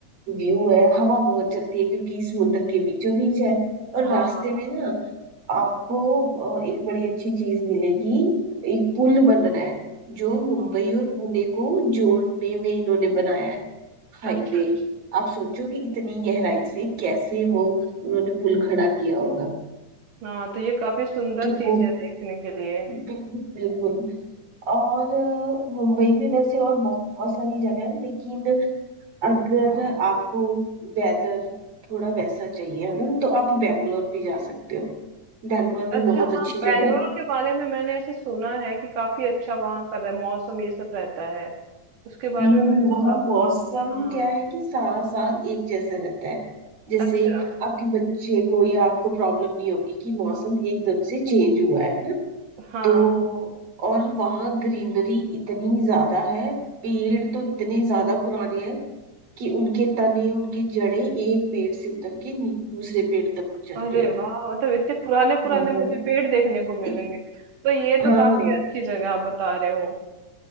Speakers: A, on the right (about 50°); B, on the right (about 80°).
A: व्यू है हवा बहुत चलती है क्योंकि समुद्र के बीचों बीच है
B: हाँ,
A: और रास्ते में ना आपको अ, एक बड़ी अच्छी चीज मिलेगी एक पुल बन रहा है जो मुंबई और पुणे को जोड़ने में इन्होंने बनाया है हाईवे
B: अच्छा, अच्छा।
A: आप सोचो कि इतनी गहराई से कैसे वो उन्होंने पुल खड़ा किया होगा
B: हाँ, तो ये काफ़ी सुंदर
A: तो
B: चीज़
A: वो
B: है देखने के लिए।
A: बिल्कुल बिल्कुल और अ, मुंबई में वैसे और बहुत सारी जगह है लेकिन अगर हाँ आपको वेदर थोड़ा वैसा चाहिए है ना तो आप बैंगलोर भी जा सकते हो बैंगलोर भी
B: अच्छा
A: बहुत
B: हाँ
A: अच्छी
B: बैंगलोर
A: जगह है
B: के बारे में मैंने ऐसे सुना है कि काफी अच्छा वहाँ का रह- मौसम ये सब रहता है उसके बारे
A: हम्म,
B: में मैंने थोड़ा
A: वहाँ
B: बहुत
A: मौसम
B: हाँ
A: क्या है कि सारा साल एक जैसा रहता है जैसे
B: अच्छा
A: आपके बच्चे को या आपको प्रॉब्लम नहीं होगी कि मौसम एकदम से चेंज हुआ है
B: हाँ
A: तो
B: हाँ
A: और वहाँ ग्रीनरी इतनी ज्यादा है पेड़ तो इतने ज्यादा पुराने हैं कि उनके तने उनके जड़े एक पेड़ से उतर के नी- दूसरे पेड़ तक चढ़ते
B: अरे
A: हैं
B: वाह मतलब इतने पुराने पुराने
A: हाँ
B: मुझे पेड़ देखने को मिलेंगे
A: इत,
B: तो ये तो
A: हाँ
B: काफी अच्छी जगह आप बता रहे हो